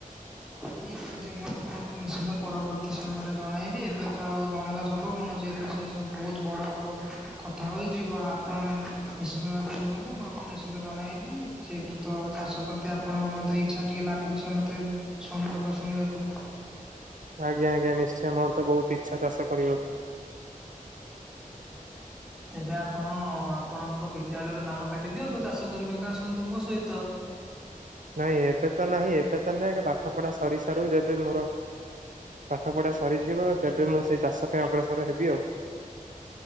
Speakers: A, in the centre; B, on the right (about 65°).
A: ଠିକ ଅଛି ମୁଁ ଆପଣଙ୍କୁ ନିଶ୍ଚିନ୍ତ ପରବର୍ତ୍ତୀ ସମୟରେ ଜଣାଇବି ଏବେ ତ ଆଉ ଜଣେଇବା ସମ୍ଭବ ନୁହଁ ଯେ ସେ ସବୁ ବହୁତ ବଡ ବଡ କଥା ହୋଇଯିବ ଆପଣ ନିଶ୍ଚିନ୍ତ ଭାବରେ ରୁହନ୍ତୁ ମୁଁ ଆପଣ ନିଶ୍ଚିନ୍ତ ଜଣେଇବି ଯେହେତୁ ତ ଚାଷ ପ୍ରତି ଆପଣଙ୍କ ମଧ୍ୟ ଇଚ୍ଛା ଟିକେ ଲାଗୁଛି ମତେ ଶୁଣି କବା ଶୁଣିବାକୁ।
B: ଆଜ୍ଞା ଆଜ୍ଞା ନିଶ୍ଚୟ ମୋର ତ ବହୁତ ଇଛା ଚାଷ କରିବାକୁ।
A: ତେବେ ଆପଣ ଆପଣଙ୍କ ବିଦ୍ୟାଳୟର ନାମ କାଟି ଦିଅନ୍ତୁ ଚାଷ କରିବାକୁ ଆସନ୍ତୁ ମୋ ସହିତ।
B: ନାଇଁ ଏବେ ତ ନାହିଁ ଏବେ ତ ନାଇଁ ପାଠ ପଢା ସରି ସାରୁ ଯେବେ ମୋର ପାଠ ପଢା ସରିଯିବ ତେବେ ମୁଁ ସେଇ ଚାଷ ପାଇଁ ଅଗ୍ରସର ହେବି ଆଉ। <inaudible>